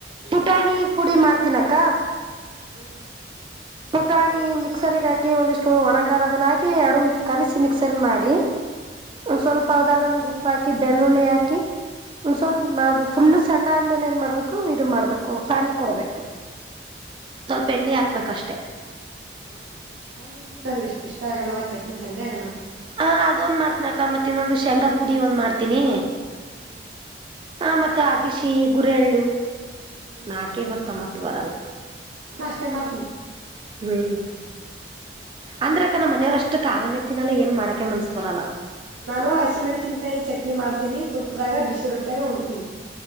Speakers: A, on the right; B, on the right.
A: ಪುಟಾಣಿ ಪುಡಿ ಮಾಡ್ತೀನಕ್ಕ
B: ಹ್ಮ್
A: ಪುಟಾಣಿ ಮಿಕ್ಸರ್ಗ ಹಾಕಿ ಒಂದಿಷ್ಟು ಒಣಕಾರ ಅದನ್ನ ಹಾಕಿ ಎರಡು ಕಲಿಸಿ ಮಿಕ್ಸರ್ ಮಾಡಿ
B: ಹ್ಮ್
A: ಒ ಸ್ವಲ್ಪ ಅದೆಲ್ಲನ ಉುಪ್ಪ ಹಾಕಿ ಬೆಳ್ಳುಳ್ಳಿ ಹಾಕಿ ಒ್ ಸ್ವಲ್ ಅ ಫುಲ್ಲು ಸಣ್ಣ ಆದ್ಮೇಲೆ ಏನ್ ಮಾಡ್ಬೇಕು ಇದು ಮಾಡ್ಬೇಕು ಪಾನಿ ಕೊಡ್ಬೇಕು ಸ್ವಲ್ಪ ಎಣ್ಣೆ ಹಾಕ್ಬೇಕಷ್ಟೆ
B: ಹೌದ ಪುಟಾಣ ಹಂಡ ನನ್ಗೆ ಎಷ್ಟು ಇಷ್ಟ ಆಗಲ್ವಾ ಚಟ್ನಿ ಚೆಂದೆ ಆಗಲ್ಲ
A: ಹಾ ಅದೊಂದ್ ಮಾಡ್ತನ ಅಕ್ಕ ಮತ್ತೆ ಇನ್ನೊಂದು ಶೇಂಗಾ ಪುಡಿ ಒಂದ್ ಮಾಡ್ತೀನಿ
B: ಹ್ಮ್
A: ಮತ್ ಅಗಶಿ ಗುರೆಳ್ಳು
B: ಹ್ಮ್
A: ನಾಕೆ
B: ಹ್ಮ್
A: ಬರ್ತ ಮತ್ ಬರಲ್ಲ
B: ಅಷ್ಟೇ ಮಾಡ್ಕ
A: ಹ್ಮ್ ಅಂದ್ರ ಅಕಣ ಮನೆಯವ್ರಷ್ಟೇ ಅಷ್ಟು ಕಾರಣ ಇತ್ತಿನಲ್ಲ ಏನು ಮಾಡಕೆ ಮನಸ್ ಬರಲ್ಲ
B: ನಾನು ಹಸಿಮೆಣಸಿನ್ಕಾಯಿ ಚಟ್ನಿ ಮಾಡ್ತೀನಿ ತುಪ್ಪದಾಗ ಬಿಸಿ ರೊಟ್ಟಾಗ ಉಣ್ತೀವಿ